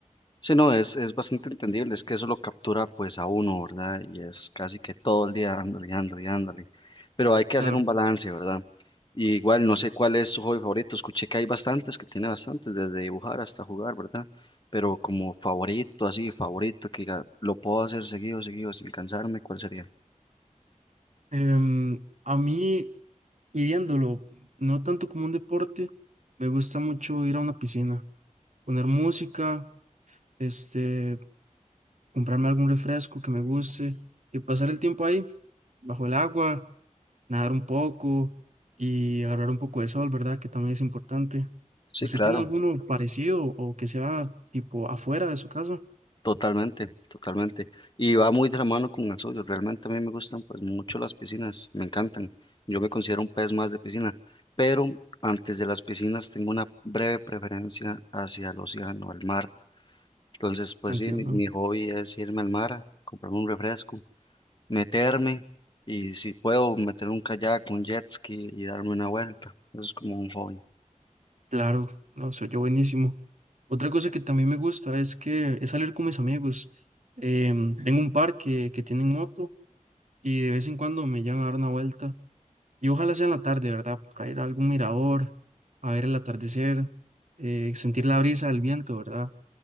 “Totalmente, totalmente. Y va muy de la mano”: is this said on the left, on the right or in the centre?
Left